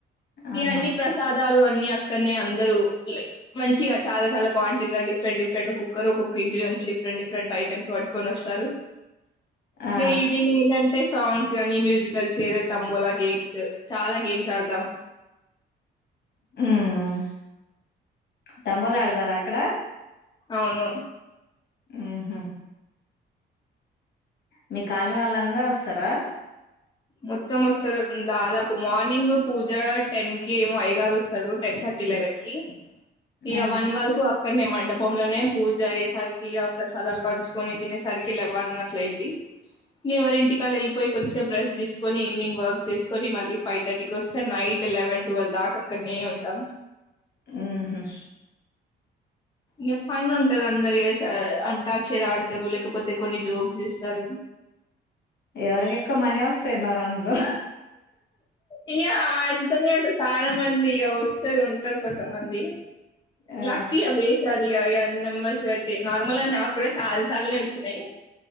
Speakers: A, on the left (about 55°); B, on the left (about 20°).
A: ఆహా
B: ఇవన్ని ప్రసాద్ అన్ని అక్కడనే అందరూ మంచిగా చాలా చాలా క్వాంటి డిఫరెంట్ డిఫరెంట్ కుక్కరు ఒ కుక్క ఇంటిలో నుంచి డిఫరెంట్ డిఫరెంట్ ఐటమ్స్ పట్కొని వస్తారు.
A: ఆ
B: ఇక ఈవినింగ్ ఎందంట్ అంటే సాంగ్స్ కానీ మ్యూజికల్ చైర్ తంబోలా గేమ్స్ చాలా గేమ్స్ ఆడతాం
A: హ్మ్ తంబోలా ఆడుతారా అక్కడ
B: అవును
A: హ్మ్ మీ కాలనీ వాళ్ళందరు వస్తారా
B: మొత్తం వస్తారు దాదాపు మార్నింగ్ పూజ టెన్ కి ఏమో అయ్యగారు వస్తారు టెన్ థర్టీ లెవెన్ కి ఇగ
A: ఆ
B: వన్ వరకూ కొన్ని మండపం లోనే పూజ అయ్యేసరికిీ ఆ ప్రసాదాలు పంచుకొని తినేసరికి లెవన్ అట్ల అయింది. ఎవరి ఇంటికి వాళ్ళు వెళ్ళ్ పొయ్యి కొద్దిసేపు రెస్టె తీస్ ఈవినింగ్ వర్క్ చేసుకొని మళ్ళీ ఫైవ్ థర్టీకి వస్తే నైట్ లెవెన్ ట్వెల్వ్ దాకా అక్కడనే ఉంటాం
A: మ్మ్ హ్మ్
B: ఇ ఫన్ నున్ <inaudible> అందరియు అంటార్ క్షరా ఆడతారు లేకపోతే కొన్ని జోక్స్ ఎస్తారు
A: ఎవరికి ఎక్కువ మనీ వస్తాయి మరి అందులో
B: ఇంగ ఆడుతునే ఉంటారు చాలమంది ఇగా వస్తే ఉంటారు కొంతమంది
A: ఆ
B: లక్ ఇయా బేసది య య నెంబర్స్ బట్టి నార్మల్గా నాకు కూడా చాలా సార్లే వచ్చినాయి